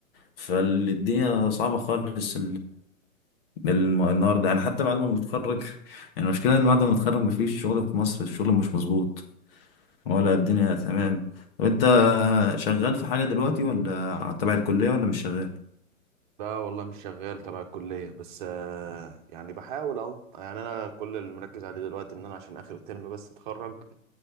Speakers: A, on the left; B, on the right.
A: فالدنيا صعبه خالص الم- النهارده يعني حتى بعد ما بنتخرج <laughs> يعني المشكلة إن بعد ما نتخرج مفيش شغل في مصر الشغل مش مظبوط ولا الدنيا تمام طب أنت شغال في حاجة دلوقتي ولا تبع الكلية ولا مش شغال؟
B: لا والله مش شغال تبع الكلية بس آه، يعني بحاول اهو يعني انا كل اللي مركز عليه دلوقتي ان انا عشان اخر الترم بس اتخرج